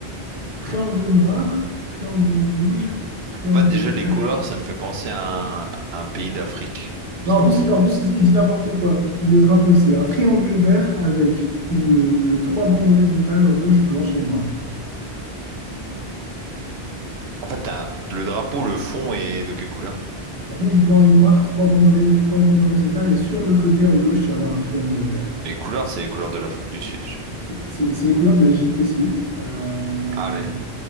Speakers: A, on the right (about 50°); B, on the right (about 70°).
A: Triangle noir, triangle rouge, triangle
B: En fait, déjà,
A: vert,
B: les couleurs, ça me fait penser à un, à un pays d'Afrique. Je
A: Non,
B: sais
A: en
B: pas
A: plus,
B: pourquoi.
A: en plus, il dit il dit n'importe quoi. Le drapeau, c'est un triangle vert avec une, euh, trois bandes horizontales, rouge, blanche et noire.
B: En fait, t'as- le drapeau, le fond est de quelle couleur?
A: Rouge, blanc et noir, trois bandes, hori- trois bandes horizontales, et sur le côté à gauche, tu vas avoir un triangle vert.
B: Les couleurs, c'est les couleurs de l'Afrique du Sud, je sais pas.
A: C'est c'est- c'est les couleurs de l'Égypte aussi, euh,
B: Allez.